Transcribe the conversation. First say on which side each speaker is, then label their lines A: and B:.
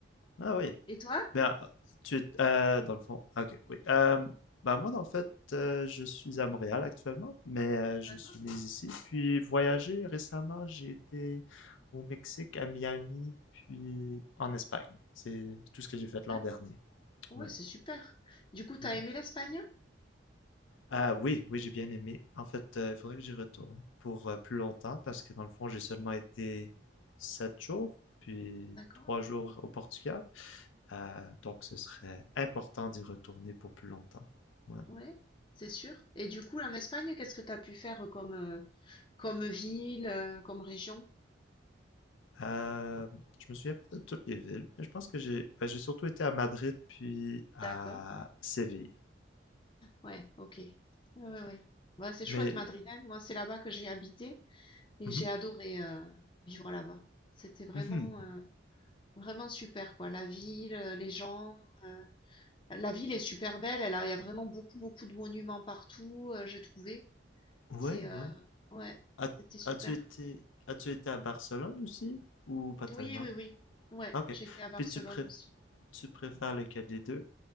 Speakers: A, on the left; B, on the left.
A: ah oui.
B: Et toi?
A: Ben, tu es, euh, dans le fond, ah, ok, oui. Euh, ben moi, dans le fait, euh, je suis à Montréal actuellement, mais euh, je
B: D'accord,
A: suis né ici. Puis voyager récemment, j'ai été au Mexique, à Miami, puis en Espagne. C'est tout ce que j'ai fait l'an
B: d'accord.
A: dernier.
B: Ouais,
A: Ouais,
B: c'est super. Du coup, t'as
A: ouais.
B: aimé l'Espagne?
A: ah oui, oui, j'ai bien aimé. En fait, euh, il faudrait que j'y retourne pour euh, plus longtemps parce que dans le fond, j'ai seulement été sept jours, puis
B: D'accord.
A: trois jours au Portugal. Euh, donc, ce serait important d'y retourner pour plus longtemps. Ouais.
B: Ouais, c'est sûr. Et du coup, en Espagne, qu'est-ce que t'as pu faire comme euh, Comme ville, heu, comme région?
A: Euh, je me souviens pas de toutes les villes, mais je pense que j'ai ben, j'ai surtout été à Madrid puis à
B: D'accord, ouais.
A: Séville.
B: Ouais, OK. Ouais, ouais, ouais. Bah, c'est
A: Mais
B: chouette Madrid, hein. Moi, c'est là-bas que j'ai habité et
A: Mhm,
B: j'ai adoré, heu, vivre là-bas. C'était vraiment,
A: mhm.
B: heu, vraiment super quoi. La ville, heu, les gens, heu, la ville est super belle, elle a il y a vraiment beaucoup, beaucoup de monuments partout, heu, j'ai trouvé.
A: ouais,
B: C'est, heu
A: ouais.
B: ouais,
A: As,
B: c'était super.
A: as-tu été as-tu été à Barcelone aussi ou pas tellement?
B: Oui, oui, oui. Ouais,
A: Ok.
B: j'ai été à Barcelone
A: Puis tu préf-
B: aussi.
A: tu préfères lequel des deux?